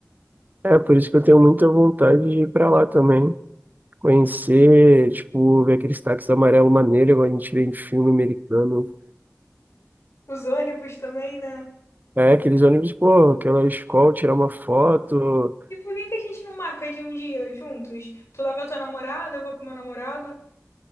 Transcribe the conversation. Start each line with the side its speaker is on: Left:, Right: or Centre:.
Right: É, por isso que eu tenho muita vontade de ir para lá também. Conhecer, tipo, ver aqueles táxis amarelo maneiro, igual a gente vê em filme americano.
Left: Os ônibus também, né?
Right: É, aqueles ônibus, pô, aquela escola, tirar uma foto.
Left: E por que que a gente não marca de um dia juntos? Tu leva tua namorada, eu vou com meu namorado.